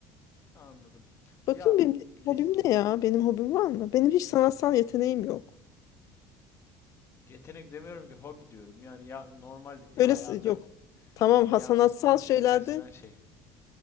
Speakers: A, on the left; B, on the left.
A: Anladım.
B: Bakayım
A: Ya
B: benim hobim
A: res
B: ne ya? Benim hobim var mı? Benim hiç sanatsal yeteneğim yok.
A: yetenek demiyorum ki hobi diyorum. Yani ya normal
B: Öyle
A: hayatın
B: s- yok. Tamam
A: engelmesinden
B: ha sanatsal şeylerde
A: seni kaçıran şey.